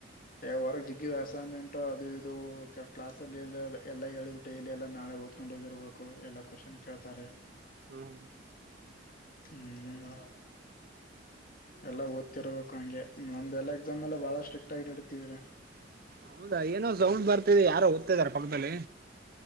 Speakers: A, on the left; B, on the right.
A: ಹೊರಗಿಗ ಅಸೈನ್ಮೆಂಟ್ ಅದು ಇದು ಕ್ಲಾಸ್ಲ್ಲಿ ಎಲ್ಲಾ ಹೇಳಿದ್ ಡೈಲಿ ಎಲ್ಲಾ ನಾಳೆ ಓದ್ಕೊಂಡ್ ಹೋಗಿರ್ಬೇಕು ಎಲ್ಲಾ ಕ್ವಶನ್ ಕೇಳ್ತಾರೆ
B: ಹ್ಮ್ ಹ್ಮ
A: ಹ್ಮ ಎಲ್ಲ ರ್ಬೇಕುಂಗೆ ನಮ್ದ ಎಲ್ಲ ಎಕ್ಸಾಮ್ ಎಲ್ಲ ಬಾಳ ಸ್ಟ್ರಿಕ್ ಆಗಿಡ್ತತಿವ್ರರಿ
B: ಹೌದಾ ಏನೋ ಸೌಂಡ್ ಬರ್ತಿದೆ ಯಾರೋ ಓದ್ತಾ ಇದಾರ ಪಕ್ಕದಲ್ಲಿ